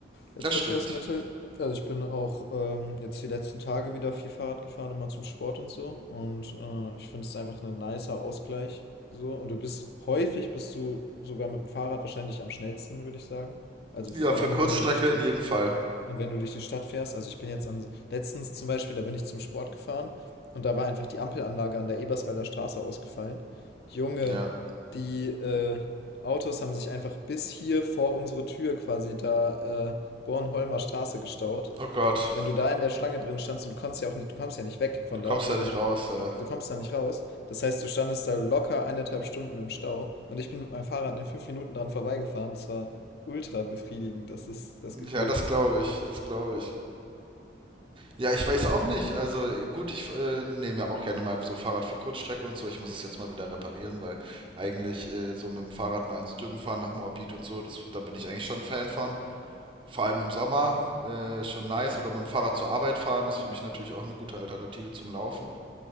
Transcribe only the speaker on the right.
Das
stimmt.
Ja,
für
Kurzstrecke
in jedem Fall.
Ja.
Oh Gott.
Du kommst
da nicht
raus, ja.
Ja,
das glaube ich, das glaube ich. Ja, ich weiß auch nicht. Also gut, ich äh, nehme ja auch gerne mal so Fahrrad für Kurzstrecke und so. Ich muss es jetzt mal wieder reparieren, weil eigentlich äh, so mit dem Fahrrad mal ins Dürben fahren nach Moabit und so, das, da bin ich eigentlich schon ein Fan von. Vor allem im Sommer äh, ist schon nice. Oder mit dem Fahrrad zur Arbeit fahren ist für mich natürlich auch eine gute Alternative zum Laufen,